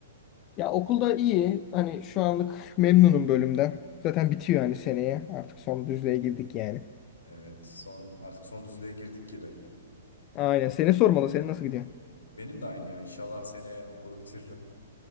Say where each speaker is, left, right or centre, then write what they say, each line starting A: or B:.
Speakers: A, on the left; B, on the left.
A: Ya okulda iyi hani şu anlık memnunum bölümden. Zaten bitiyor yani seneye artık son düzlüğe girdik yani.
B: Evet son artık son düzlüğe girdik gibi.
A: Aynen seni sormalı senin nasıl gidiyor?
B: Benim de aynı ya. İnşallah seneye okulu bitiririm.